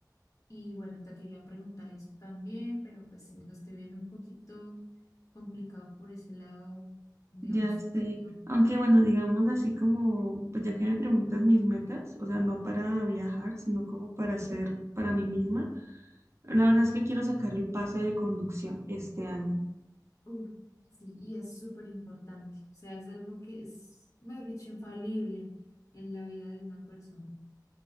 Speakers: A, on the left; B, on the right.
A: Y bueno, te quería preguntar eso también, pero pues sí, lo estoy viendo un poquito complicado por ese lado, digamos,
B: Ya sé,
A: contigo.
B: aunque bueno, digamos así como, pues ya que me preguntas mis metas, o sea, no para viajar, sino como para hacer para mí misma, la verdad es que quiero sacar el pase de conducción este año.
A: Uf, sí, y es súper importante. O sea, es algo que es, mejor dicho, infalible en la vida de una persona.